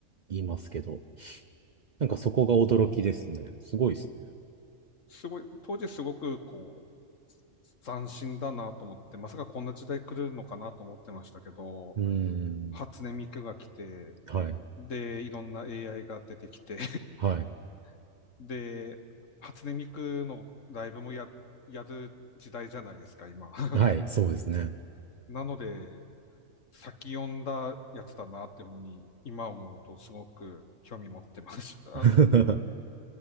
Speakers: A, on the right; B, on the left.
A: 言いますけど、なんかそこが驚きですね。すごいですね。
B: すごい、当時すごくこう、斬新だなと思って、まさかこんな時代来るのかなと思ってましたけど、
A: うーん。
B: 初音ミクが来て、
A: はい、
B: で、いろんな AI が出てきて
A: はい、
B: <laughs> で、初音ミクのライブもや、やる時代じゃないですか、今。<laughs>
A: はい、そうですね。
B: なので、先読んだやつだなっていうふうに、今思うとすごく興味持ってます。<laughs> あの、
A: <laughs>
B: い